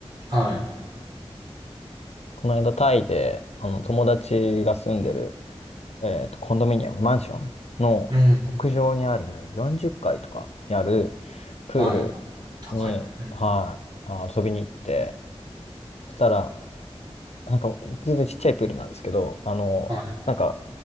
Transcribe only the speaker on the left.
この間タイで、あの、友達が住んでる、えっと、コンドミニアム、マンションの屋上にある40階とかにある
プール
に、
はい、あ遊びに行って、そしたら、なんか、全然ちっちゃいプールなんですけど、あの、
なんか、